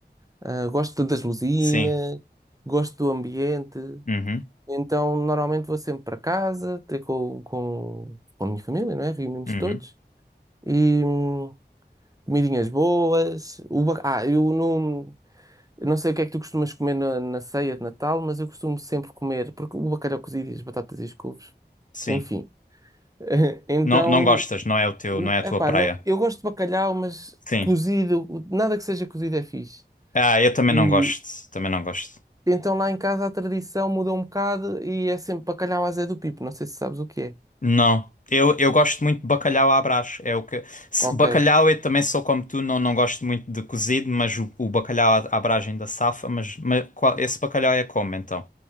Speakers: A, on the right; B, on the left.
A: Ah, gosto das luzinhas,
B: Sim.
A: gosto do ambiente.
B: Uhum.
A: Então normalmente vou sempre para casa, ter com, com, com a minha família, não é? Reunimos
B: Uhum.
A: todos. E hum, comidinhas boas. O ba- ah, eu não, eu não sei o que é que tu costumas comer na, na ceia de Natal, mas eu costumo sempre comer, porque o bacalhau cozido e as batatas e as couves,
B: Sim.
A: enfim. <laughs> Então.
B: Não, não gostas, não é o teu, não é a tua
A: Epá,
B: praia.
A: não, eu gosto de bacalhau, mas
B: Sim.
A: cozido, nada que seja cozido é fixe.
B: Ah, eu também
A: E
B: não gosto. Também não gosto.
A: então lá em casa a tradição mudou um bocado e é sempre bacalhau à Zé do Pipo, não sei se sabes o que é.
B: Não. Eu, eu gosto muito de bacalhau à Brás. É o que... se-
A: Ok.
B: Bacalhau eu também sou como tu, não, não gosto muito de cozido, mas o, o bacalhau à à Brás ainda safa, mas, mas qual- esse bacalhau é como então?